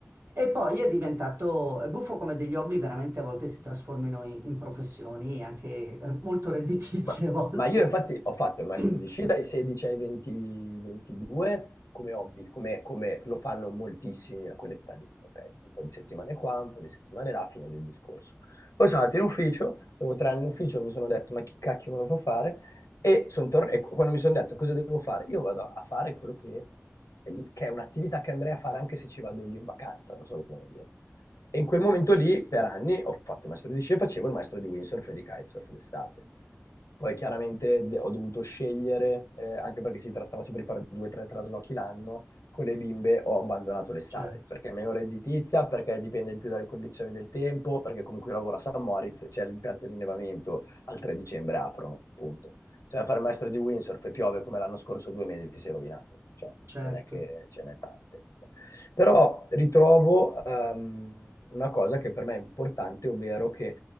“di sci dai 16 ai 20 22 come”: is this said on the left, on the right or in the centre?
Left